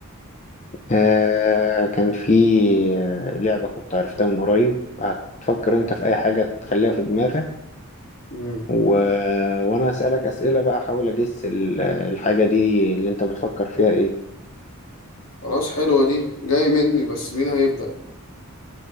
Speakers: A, on the left; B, on the left.
A: آه كان في آه، لعبه كنت عرفتها من قريب هتفكر انت في اي حاجه تخليها في دماغك
B: مم.
A: و... وانا اسالك اسئله بقى احاول اجس ال- الحاجه دي اللي انت بتفكر فيها ايه
B: خلاص حلوة دي جاي مني بس مين هيبدأ؟